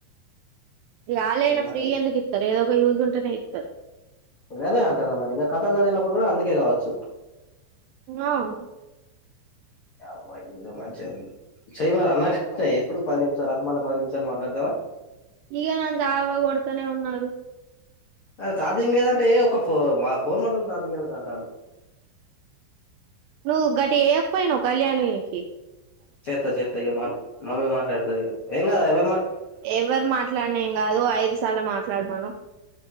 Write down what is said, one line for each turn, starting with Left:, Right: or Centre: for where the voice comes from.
Right: గాలైన ఫ్రీ
Left: మరి
Right: గా ఎందుకిత్తరు ఎదో యజ్ ఉంటానే ఇరు
Left: రే అంటారా మరి ఇంక కథల్లో చదినప్పుడు కూడా అందుకే కావచ్చు
Right: అవు
Left: అవ మంచి చేయ మ అన్నాక ఎప్పుడు పది నిమిషాలు రథమాల పది నిమిషాలు మాట్లాడతావా
Right: ఈగ నన్ జావ కొడతనే ఉన్నారు
Left: అరే ఛార్జింగ్ ఏదంటే ఒక ఫో ఫోన్ మంటం ఛార్జింగ్ ఏద అంటాడు
Right: నువ్వు గట్ వేయకపోయినావు్ కళ్యాణకి
Left: చేత్త చేత్తయ మా మమ్మీ మాట్లాడుతు ఎం ఎవ
Right: ఎవరు మాట్లాడినాం కాదు ఐదు సార్లు మాట్లాడు మనుం